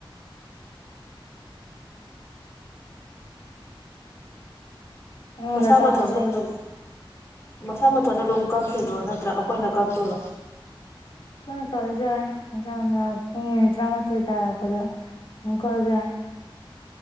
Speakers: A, on the left (about 65°); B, on the left (about 30°).
A: ꯑꯩꯉꯣꯟꯗ
B: ꯃꯁꯥ
A: ꯑꯆꯥꯄꯣꯠ
B: ꯃꯠꯊꯣꯟꯗ
A: ꯁꯤꯜꯂꯦ
B: ꯑꯗꯨ ꯃꯁꯥ ꯃꯠ ꯅ ꯑꯗꯨꯝ ꯀꯛꯈꯤꯕꯔꯣ ꯅꯠꯇ꯭ꯔꯥ ꯑꯩꯈꯣꯏꯅ ꯀꯛꯇꯣꯏꯔꯣ
A: ꯑꯈꯣꯏꯅ ꯀꯛꯑꯁꯨ ꯌꯥꯏ ꯃꯁꯥ ꯃꯁꯥꯅ ꯄꯨꯡ ꯃꯤꯅꯤꯠ ꯇ꯭ꯔꯥꯃꯥꯊꯣꯏ ꯇꯔꯛꯄꯗ ꯏꯣꯡ ꯀꯛꯑꯁꯨ ꯌꯥꯏ